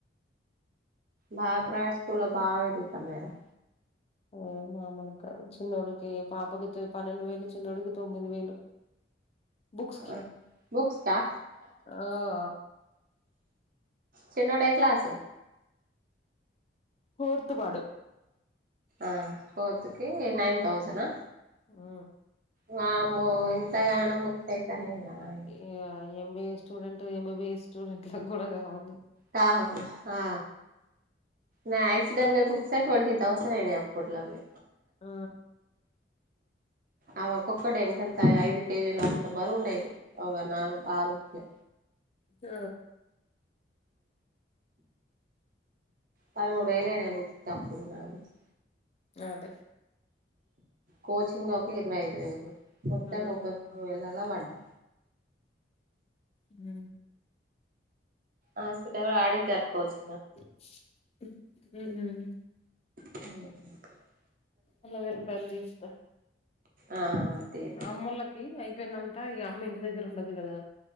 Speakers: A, on the right; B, on the left.
A: బాగ ప్రవేట్ స్కూల్లో బాగా ఇరుగుతనై ర
B: అ మామలుగ కాదు చిన్నోడికి పాపకి పన్నెండు వేలు చిన్నోడికి తొమ్మిది వేలు బుక్స్ కి
A: మ్ బుక్స్ క
B: ఆ
A: చిన్నోడు ఏ క్లాస్
B: ఫోర్త్ వాడు
A: ఆ ఫోర్తుకి నైన్ తౌసనా
B: మ్
A: వామ్మ్మో ఇంతగానం బుక్స్ అయితనై నాయాన
B: ఇగ ఎంబీఏ స్టూడెంట్ ఎంబీబిఏ స్టూడెంట్ లకు కూడా కావండి
A: కవు ఆ నా ఎక్స్డబ్ల్యూ బుక్సే ట్వంటీ థౌసండ్ అయినయ్ అప్పట్ల అవి
B: ఆ
A: ఆవి ఓక్కోక్కటి ఎంతెంత ఐదు కేజీలు అంత బరువుండేటియి ఒగా నాలుగు ఆరు బుక్లే
B: ఆ
A: పదమూడు వేల అయినాయి ఆ బుక్ అప్పుడు నా బుక్స్
B: అదే
A: కోచింగ్ ఒక ఒక ఇరవై ఐదు వేలు మొత్తం
B: ఆ
A: ముప్పై మూడు వేలళ్ళ పడ్డా
B: మ్
A: హాస్పిటల్ ఆడిటర్ కోచ్
B: మ్
A: మ్మ్
B: అల్లం వెల్లిపాయలు తీసుకో
A: ఆ తి
B: అమ్మోళ్ళకి అయిపోయిందంట ఇగ అమ్మ ఇంటి దగ్గర ఉండదు కదా!